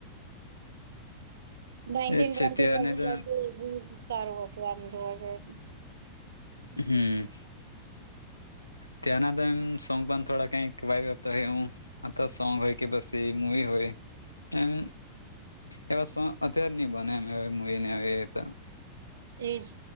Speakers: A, on the right (about 65°); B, on the left (about 80°).
A: નાઇટટીન
B: એજ
A: ટ્વેન્ટી
B: છે ત્યારને
A: મૂવી
B: તો
A: સારું હતું આમ જોવા ગયા તા.
B: હમ્મ. ત્યાંના તો એમ સોંગ પણ થોડા કઈક વાયતા હોય હું આથા સોંગ હોય કે બસ એ મુવી હોય એમ એવા સો અત્યારે નહી બને આવી મૂવી ને એ તો
A: એજ